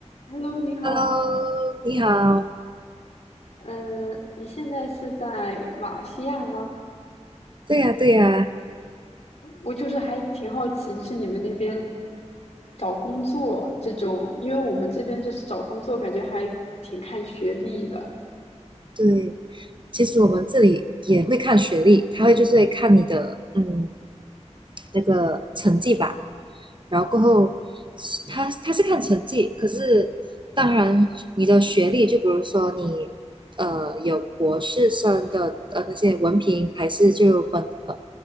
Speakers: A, on the left; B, on the right.
A: Hello，你好，
B: Hello，你好。
A: 嗯，你现在是在马来西亚吗？
B: 对呀，对呀，
A: 我就是还挺好奇，就是你们那边找工作这种，因为我们这边就是找工作，感觉还挺看学历的。
B: 对。其实我们这里也会看学历，他会就是会看你的嗯那个成绩吧。然后过后他他是看成绩，可是当然你的学历，就比如说你呃有博士生的呃那些文凭，还是就本呃